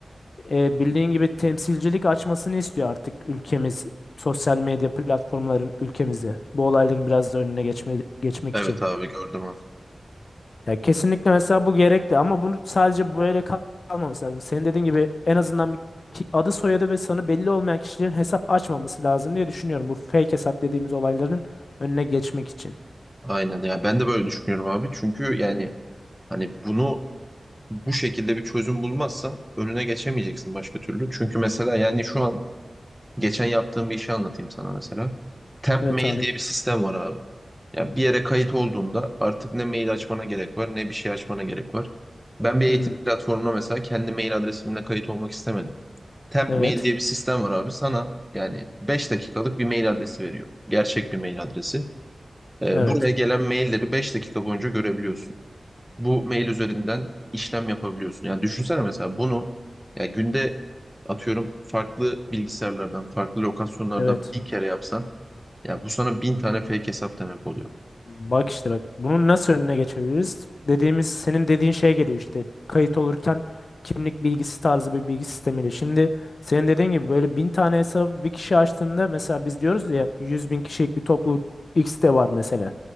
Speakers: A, on the left (about 60°); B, in the centre.
A: e, bildiğin gibi temsilcilik açmasını istiyor artık ülkemiz sosyal medya platformların ülkemizde. Bu olayların biraz da önüne geçme, geçmek
B: Evet
A: için.
B: abi gördüm abi.
A: Ya kesinlikle mesela bu gerekli ama bunu sadece böyle kal- kalmaması lazım. Senin dediğin gibi en azından bir ki- adı soyadı ve sanı belli olmayan kişilerin hesap açmaması lazım diye düşünüyorum. Bu fake hesap dediğimiz olayların önüne geçmek için.
B: Aynen ya ben de böyle düşünüyorum abi. Çünkü yani hani bunu bu şekilde bir çözüm bulmazsan önüne geçemeyeceksin başka türlü. Çünkü mesela yani şu an geçen yaptığım bir işi anlatayım sana mesela. Temp
A: Evet
B: mail
A: abi.
B: diye bir sistem var abi. Ya bir yere kayıt olduğunda artık ne mail açmana gerek var, ne bir şey açmana gerek var. Ben bir eğitim
A: Hmm,
B: platformuna mesela kendi mail adresimle kayıt olmak istemedim. Temp
A: evet.
B: Mail diye bir sistem var abi. Sana yani 5 dakikalık bir mail adresi veriyor. Gerçek bir mail adresi. Ee,
A: Evet.
B: buraya gelen mailleri 5 dakika boyunca görebiliyorsun. Bu mail üzerinden işlem yapabiliyorsun. Yani düşünsene mesela bunu ya günde atıyorum farklı bilgisayarlardan, farklı lokasyonlardan
A: Evet.
B: bin kere yapsan ya bu sana bin tane fake hesap demek oluyor.
A: Bak işte bak bunun nasıl önüne geçebiliriz? Dediğimiz senin dediğin şey geliyor işte kayıt olurken kimlik bilgisi tarzı bir bilgi sistemiyle. Şimdi senin dediğin gibi böyle bin tane hesabı bir kişi açtığında mesela biz diyoruz ya 100 bin kişilik bir topluluk X'te var mesela.